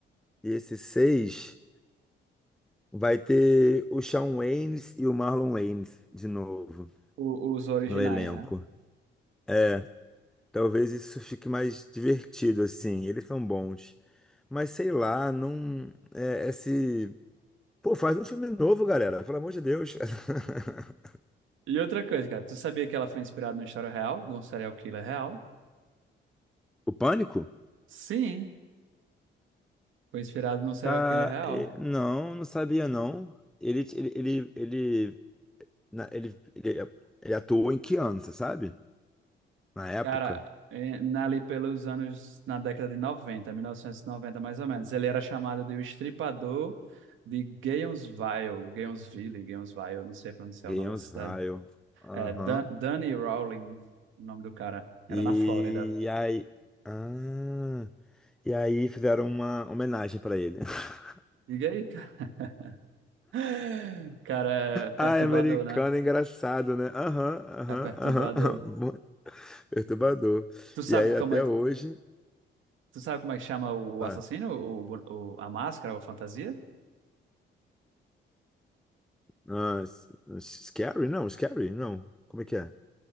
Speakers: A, in the centre; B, on the right (about 80°).
A: e esse 6. Vai ter o Shawn Waynes e o Marlon Waynes de novo
B: o- os originais,
A: no elenco.
B: né?
A: É, talvez isso fique mais divertido, assim. Eles são bons. Mas sei lá, não. É, esse. Pô, faz um filme novo, galera. Pelo amor de Deus. <laughs>
B: E outra coisa, cara, tu sabia que ela foi inspirada numa história real, de um serial killer real?
A: O Pânico?
B: Sim, foi inspirada num serial
A: Ca-
B: killer real.
A: e- Não, não sabia, não. Ele, ele, ele, ele, na- ele, ele, ele atuou em que ano, você sabe? Na época?
B: Cara, eh, na- ali pelos anos, na década de 90, 1990 mais ou menos, ele era chamado de o Estripador de Gainesville, Gainesville, Gainesville, não sei pronunciar
A: Ganhamos
B: o nome da cidade.
A: Vile. Aham.
B: É, Dan, Danny Rowling, o nome do cara, era
A: E
B: na Flórida.
A: aí. Ah. E aí fizeram uma homenagem pra ele. <laughs>
B: Diga aí, cara. <laughs> Cara, é perturbador,
A: Ai, americano,
B: né?
A: é engraçado, né? Aham, aham,
B: É perturbador.
A: aham. aham. <laughs> Perturbador.
B: Tu sabe
A: E aí
B: como
A: até
B: é, que-
A: hoje.
B: tu sabe como é que chama o
A: Ah,
B: assassino? O, bu- o- a máscara, a fantasia?
A: ah, s- scary? Não, scary? Não. Como é que é?